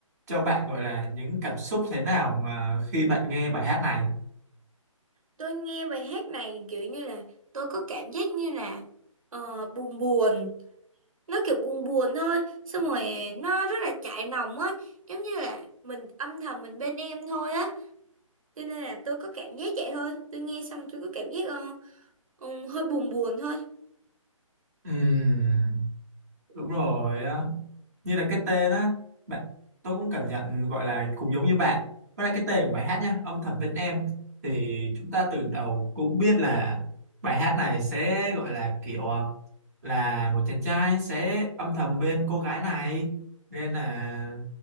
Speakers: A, on the right; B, on the right.
A: cho bạn gọi là những cảm xúc thế nào mà khi bạn nghe bài hát này?
B: Tôi nghe bài hát này kiểu như là tôi có cảm giác như là ờ, buồn buồn Nó kiểu buồn buồn thôi Xong rồi nó rất là chạnh lòng á Giống như là mình âm thầm mình bên em thôi á Cho nên là tôi có cảm giác vậy thôi Tôi nghe xong tôi có cảm giác ờ, ừ, hơi buồn buồn thôi
A: Ừm, đúng rồi á như là cái tên á bạn tôi cũng cảm nhận gọi là cũng giống như bạn với lại cái tên của bài hát nhá âm thầm bên em thì chúng ta từ đầu cũng biết là bài hát này sẽ gọi là kiểu ờ, là một chàng trai sẽ âm thầm bên cô gái này nên là